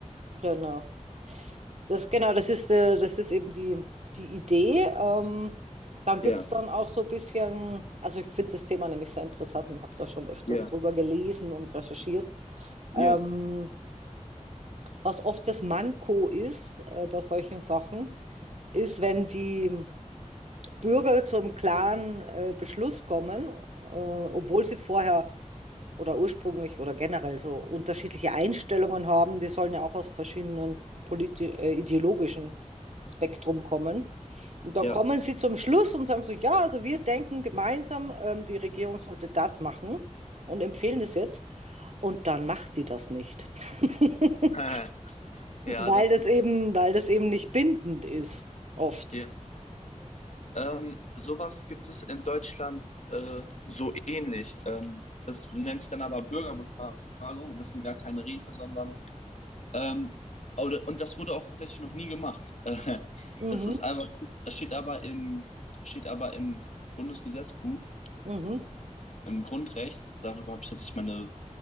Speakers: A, on the right (about 60°); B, on the left (about 60°).
A: genau. Das, genau, das ist, äh, das ist eben die, die Idee. Ähm, dann gibt
B: Ja,
A: es dann auch so ein bisschen, also ich finde das Thema nämlich sehr interessant und habe da schon öfters
B: ja,
A: drüber gelesen und recherchiert.
B: ja,
A: Ähm, was oft das Manko ist äh, bei solchen Sachen, ist, wenn die Bürger zu einem klaren äh, Beschluss kommen, äh, obwohl sie vorher oder ursprünglich oder generell so unterschiedliche Einstellungen haben, die sollen ja auch aus verschiedenen politi- äh, ideologischen Spektrum kommen. Und
B: ja.
A: dann kommen sie zum Schluss und sagen so, ja, also wir denken gemeinsam, ähm, die Regierung sollte das machen und empfehlen das jetzt. Und dann macht die das nicht. <laughs>
B: <laughs> Ja,
A: Weil
B: das
A: das
B: ist,
A: eben, weil das eben nicht bindend ist, oft.
B: ja. Ähm, sowas gibt es in Deutschland äh, so ähnlich. Ähm, das nennt sich dann aber Bürgerbefragung und das sind gar keine Räte, sondern, ähm, oder, und das wurde auch tatsächlich noch nie gemacht. <laughs>
A: Mhm,
B: das ist einfach, das steht aber im, steht aber im Bundesgesetzbuch,
A: mhm.
B: im Grundrecht. Darüber habe ich tatsächlich meine